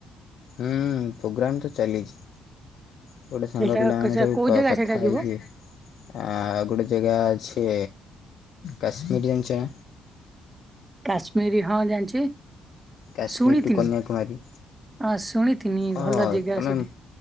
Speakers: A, on the left (about 65°); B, on the right (about 20°).
A: ହୁଁ ପ୍ରୋଗ୍ରାମ୍ ତ ଚାଲିଛି। ଗୋଟେ ସାଙ୍ଗ
B: ସେଇଟା
A: ପିଲାମାନେ
B: ସେ
A: ସବୁ
B: କୋଉ ଜାଗା
A: କଥା
B: ସେଇଟା ଯିବ
A: ହେଇକି ଆଉ ଗୋଟେ ଜାଗା ଅଛି କାଶ୍ମୀର ଜାଣିଛ?
B: କାଶ୍ମୀରୀ ହଁ ଜାଣିଛି।
A: କାଶ୍ମୀର
B: ଶୁଣିଥିନି
A: ଟୁ କନ୍ୟାକୁମାରୀ
B: ଶୁଣିଥିନି
A: ଓ
B: ଭଲ ଜାଗା
A: ତମେ
B: ସେଠି
A: ହଁ